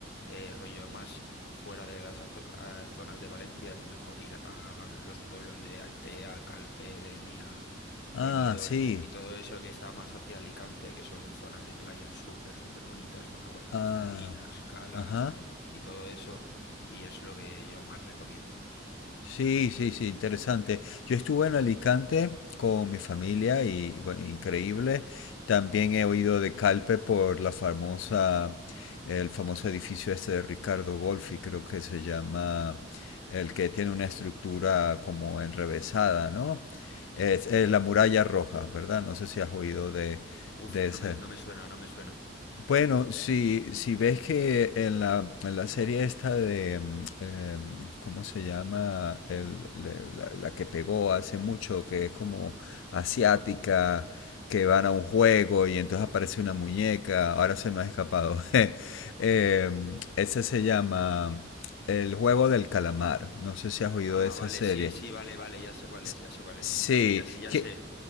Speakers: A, on the left; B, on the left.
A: Eh, rollo más fuera de las azo- a- zonas de Valencia, es mejor ir a los pueblos de Altea, Calpe, Denia,
B: Ah,
A: Benidorm
B: sí.
A: y todo eso que está más hacia Alicante, que son zonas de playa súper, súper bonitas, con aguas cristalinas,
B: Ah,
A: calas
B: ajá.
A: y todo eso. Y es lo que yo más recomiendo.
B: Sí, sí, sí, interesante. Yo estuve en Alicante con mi familia
A: Mm,
B: y bueno, increíble. También he oído de Calpe por la famosa, el famoso edificio este de Ricardo Wolfi, creo que se llama, el que tiene una estructura como enrevesada, ¿no? Es, eh, la muralla roja, ¿verdad? No sé si has oído de,
A: Uf,
B: de ese.
A: no me, no me suena, no me suena.
B: Bueno, si, si ves que en la, en la serie esta de, mm, em, ¿cómo se llama? El- le- la, la que pegó hace mucho, que es como asiática, que van a un juego y entonces aparece una muñeca, ahora se me ha escapado. <laughs> Em, ese se llama El juego del calamar, no sé si has oído
A: Ah,
B: de esa
A: vale,
B: serie.
A: sí, sí, vale, vale, ya sé cuál
B: S-
A: es, ya sé cuál es.
B: Sí,
A: Sí, ya, sé- ya
B: que...
A: sé.